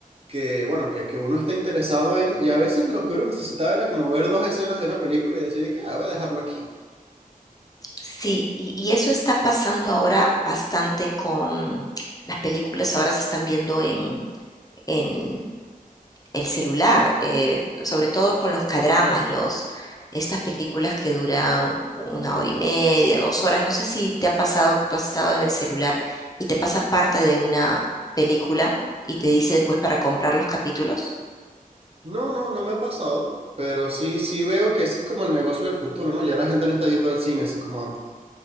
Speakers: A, on the right; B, on the left.
A: que, bueno, que, que uno está interesado en, y a veces lo que uno necesitaba era como ver dos escenas de una película y decir, que, ah, voy a dejarlo aquí.
B: Sí, y, y eso está pasando ahora bastante con las películas, ahora se están viendo en, en el celular, eh, sobre todo con los cadramas, los, estas películas que duran una hora y media, dos horas. No sé si te ha pasado que tú has estado en el celular y te pasa parte de una película y te dice después para comprar los capítulos.
A: No, no, no me ha pasado, pero sí, sí veo que ese es como el negocio del futuro, ¿no? Ya la gente no está yendo al cine así como antes.